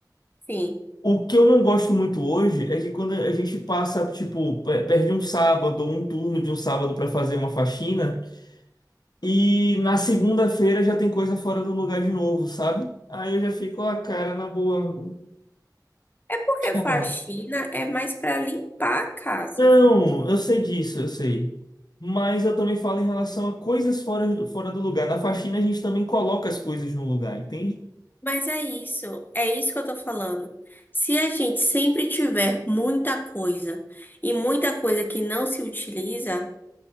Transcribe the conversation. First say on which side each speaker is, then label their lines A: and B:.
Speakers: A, on the left; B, on the left.
A: Sim.
B: O que eu não gosto muito hoje é que quando a gente passa, tipo, pe- perde um sábado ou um turno de um sábado pra fazer uma faxina e na segunda-feira já tem coisa fora do lugar de novo, sabe? Aí eu já fico, ah, cara, na boa,
A: É porque
B: deixa
A: faxina
B: lá.
A: é mais para limpar a casa.
B: Não, eu sei disso, eu sei. Mas eu também falo em relação a coisas fora do, fora do lugar. Na faxina a gente também coloca as coisas no lugar, entende?
A: Mas é isso, é isso que eu tô falando. Se a gente sempre tiver muita coisa e muita coisa que não se utiliza,